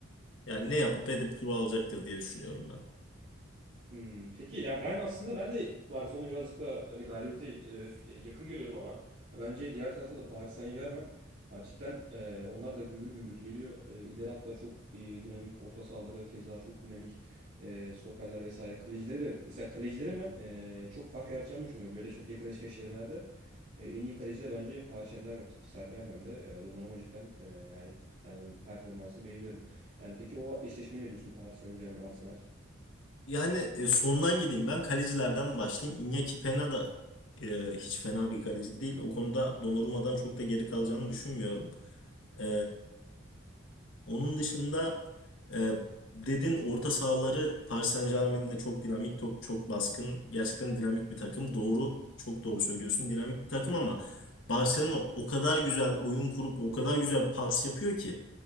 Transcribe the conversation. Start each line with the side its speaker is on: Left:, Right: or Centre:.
Left: Yani ne yapıp edip turu alacaktır diye düşünüyorum ben.
Right: Hmm, peki ya ben aslında ben de Barcelona birazcık daha hani galibiyete e, f- e, yakın görüyorum ama ya bence diğer tarafta da Paris Saint-Germain ha, cidden e, onlar da gümbür gümbür geliyor. E, ileri hatları çok e, dinamik, orta sahaları keza çok dinamik. E, stoperler vesaire. Kalecileri de mesela kalecilerin ben e, çok fark yaratacağını düşünüyorum. Böyle çok yakın eşleşmelerde. E, en iyi kaleci de bence Paris Saint-Germain- Saint-Germain'de. E, Donnarumma cidden e, yani ben onun performansını beğeniyorum. Yani peki o eşleşmeyi ne diyorsun Paris Saint-Germain Arsenal?
Left: Yani e, sondan gideyim. Ben kalecilerden başlayayım. Iñaki Peña da e, hiç fena bir kaleci değil. O konuda Donnarumma'dan çok da geri kalacağını düşünmüyorum. E, onun dışında e, dedin orta sahaları Paris Saint-Germain'in de çok dinamik, to- çok baskın. Gerçekten dinamik bir takım. Doğru, çok doğru söylüyorsun. Dinamik bir takım ama Barcelona o kadar güzel oyun kurup o kadar güzel pas yapıyor ki.